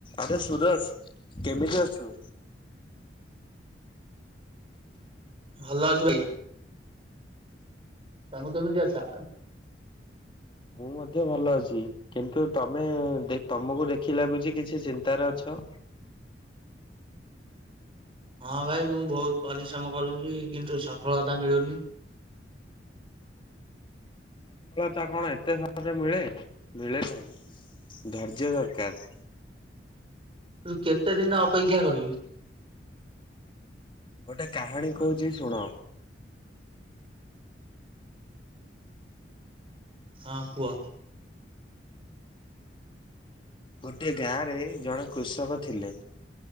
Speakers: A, on the left; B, on the right.
A: ଆରେ ସୁଦର୍ଶ କେମିତି ଅଛୁ?
B: ଭଲ ଅଛି ଭାଇ। <unintelligible>
A: ମୁଁ ମଧ୍ୟ ଭଲ ଅଛି କିନ୍ତୁ ତମେ ଦେ- ତମକୁ ଦେଖି ଲାଗୁଚି କିଛି ଚିନ୍ତାରେ ଅଛ।
B: ହଁ ଭାଇ ମୁଁ ବହୁତ୍ ପରିଶ୍ରମ କରୁଚି କିନ୍ତୁ ସଫଳତା ମିଳୁନି।
A: ସଫଳତା କଣ ଏତେ ସହଜରେ ମିଳେ- ମିଳେ ନାହିଁ ଧୈର୍ଯ୍ୟ ଦରକାର୍।
B: ତୁ କେତେ ଦିନ ଅପେକ୍ଷା କରିବି।
A: ଗୋଟେ କାହାଣୀ କହୁଚି ଶୁଣ।
B: ହଁ କୁହ।
A: ଗୋଟେ ଗାଁ ରେ ଜଣେ କୃଷକ ଥିଲେ